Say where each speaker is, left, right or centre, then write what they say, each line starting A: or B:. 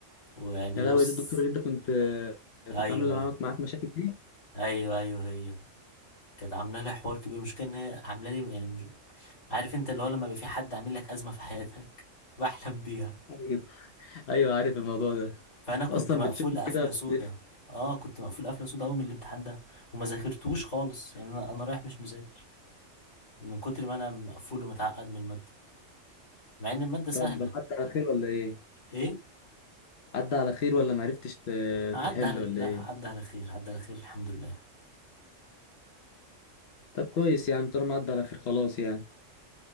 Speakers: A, on the left; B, on the left.
A: ويعني
B: يا
A: بص
B: لهوي دي الدكتورة اللي انت كنت آه، كانت
A: ايوه
B: عاملة معاك معاك مشاكل
A: ايوه ايوه هي كانت عامله لي حوار كبير مش كان هي عامله لي يعني عارف انت اللي هو لما يبقى في حد عامل لك أزمة في حياتك بحلم بيها
B: دي ايوه عارف الموضوع ده
A: فأنا كنت
B: اصلا
A: مقفول
B: بتشوفه
A: قفلة
B: كده بتقف
A: سودا اه كنت مقفول قفلة سودا أوي من الامتحان ده وما ذاكرتوش خالص يعني أنا أنا رايح مش مذاكر من كتر ما أنا مقفول ومتعقد من المادة مع إن المادة سهلة
B: طب عدى على خير ولا ايه
A: ايه
B: عدى على خير ولا معرفتش ت-
A: عدى
B: تحل
A: على
B: ولا
A: لا
B: ايه
A: عدى على خير عدى على خير الحمد لله
B: طب كويس يا عم طالما عدى على خير خلاص يعني